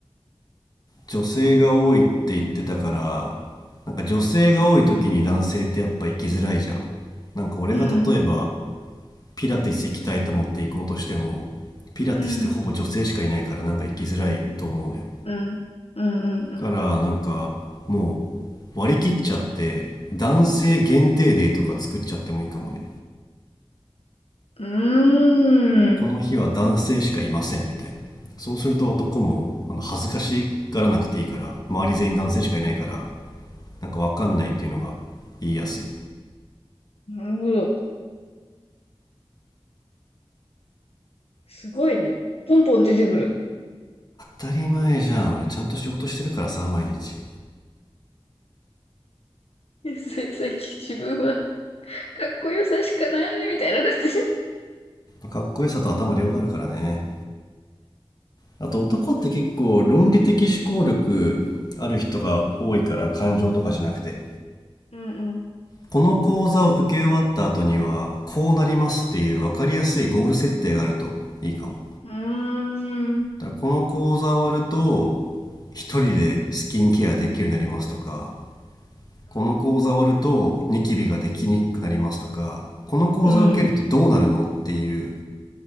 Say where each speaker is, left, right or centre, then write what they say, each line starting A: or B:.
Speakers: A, on the left (about 40°); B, on the left (about 85°).
A: 女性が多いって言ってたからなんか女性が多い時に男性ってやっぱ行きづらいじゃんなんか俺が例えば
B: うん、
A: ピラティス行きたいと思って行こうとしてもピラティスってほぼ女性しかいないからなんか行きづらいと思うのよ
B: うん、うん、うん、うん、うん。
A: だからなんかもう割り切っちゃって男性限定デーとか作っちゃってもいいかもね
B: うーん。
A: この日は男性しかいませんみたいなそうすると男もあの恥ずかしがらなくていいから周り全員男性しかいないからなんかわかんないっていうのが言いやすい
B: なるほど。すごいね。ポンポン出てくる。
A: 当たり前じゃん俺ちゃんと仕事してるからさ毎日
B: <laughs> さ、さっき自分はかっこよさしかないみたいな感じ。
A: かっこよさと頭両方あるからねあと男って結構論理的思考力ある人が多いから感情とかじゃなくて
B: うん、
A: この講座を受け終わった後にはこうなりますっていう分かりやすいゴール設定があるといいかも
B: うん。うーん。
A: だからこの講座終わると一人でスキンケアできるようになりますとかこの講座終わるとニキビができにくくなりますとかこの講座を受けるとどうなるのっていう
B: うん、うん。